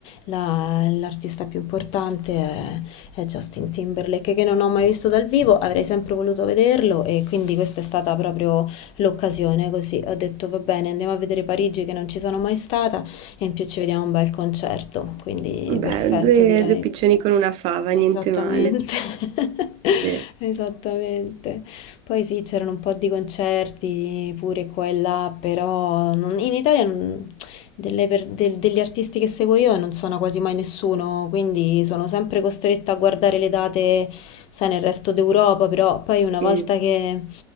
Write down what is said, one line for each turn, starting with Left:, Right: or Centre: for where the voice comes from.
Left: la- l'artista più importante è, è Justin Timberlake, che non ho mai visto dal vivo, avrei sempre voluto vederlo e quindi questa è stata proprio l'occasione, così ho detto va bene, andiamo a vedere Parigi che non ci sono mai stata e in più ci vediamo un bel concerto, quindi
Right: Beh,
Left: perfetto
Right: due,
Left: direi.
Right: due piccioni con una fava,
Left: Esattamente,
Right: niente male.
Left: <laughs>
Right: Sì,
Left: esattamente. Poi sì, c'erano un po' di concerti pure qua e là, però non- in Italia non- delle per- del- degli artisti che seguo io non suona quasi mai nessuno, quindi sono sempre costretta a guardare le date, sai, nel resto d'Europa, però poi una
Right: sì.
Left: volta che,